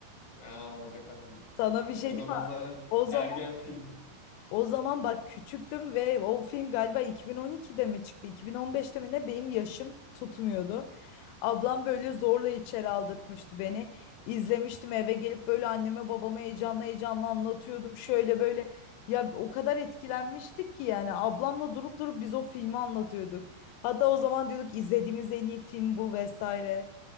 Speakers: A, on the left; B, on the left.
A: Aa, alacakaranlık.
B: Sana bir şey
A: O
B: diyeyim
A: zamanların
B: mi? O zaman
A: ergen filmi.
B: o zaman bak küçüktüm ve o film galiba 2012'de mi çıktı? 2015'te mi ne? Benim yaşım tutmuyordu. Ablam böyle zorla içeri aldırtmıştı beni. İzlemiştim eve gelip böyle anneme babama heyecanla heyecanla anlatıyordum. Şöyle böyle ya o kadar etkilenmiştik ki yani ablamla durup durup biz o filmi anlatıyorduk. Hatta o zaman diyorduk izlediğimiz en iyi film bu vesaire.